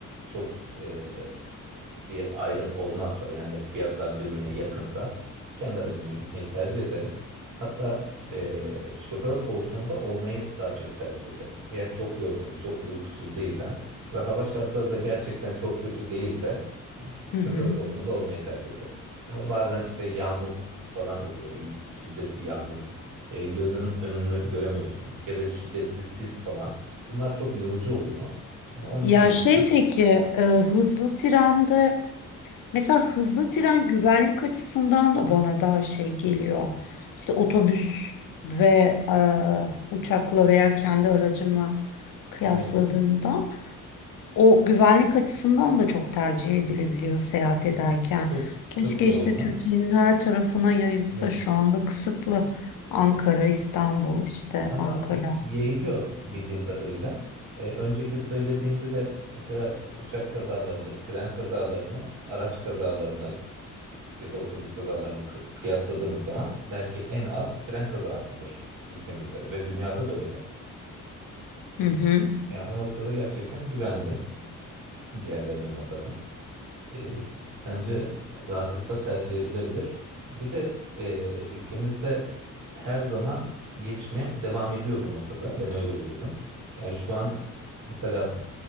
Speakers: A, on the right (about 75°); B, on the left (about 70°).
A: çok e, bir ayrım olmazsa yani fiyatlar birbirine yakınsa kendi aracımla gitmeyi tercih ederim. Hatta eee, şoför koltuğunda olmayı daha çok tercih ederim. Eğer çok yorgun, çok uykusuz değilsem ve hava şartları da gerçekten çok kötü değilse şoför
B: Hı hı.
A: koltuğunda olmayı tercih ederim. Ama bazen işte yağmur falan oluyor, şiddetli yağmur. Eee, gözün önünü göremiyorsun ya da şiddetli sis falan. Bunlar çok yorucu oluyor. Ama onun
B: Ya
A: dışında
B: şey peki e, hızlı trende mesela hızlı tren güvenlik açısından da bana daha şey geliyor. İşte otobüs ve e, uçakla veya kendi aracımla kıyasladığımda.
A: evet
B: O güvenlik açısından da çok tercih edilebiliyor seyahat ederken.
A: çok
B: Keşke
A: çok doğru.
B: işte Türkiye'nin her tarafına yayılsa
A: Evet.
B: şu anda kısıtlı. Ankara, İstanbul işte
A: Ama
B: Ankara.
A: e, yayılıyor bildiğim kadarıyla. E, önceki söylediğinde de mesela uçak kazalarını, tren kazalarını, araç kazalarını ya da otobüs kazalarını kı- kıyasladığımız zaman belki en az tren kazasıdır ülkemizde ve dünyada da öyle.
B: Hı
A: E,
B: hı.
A: yani o noktada gerçekten güvenli diğerlerine nazaran. E, bence rahatlıkla tercih edilebilir. Bir de e, ülkemizde her zaman gelişmeye devam ediyor bu noktada. Ben öyle biliyorum. Yani şu an mesela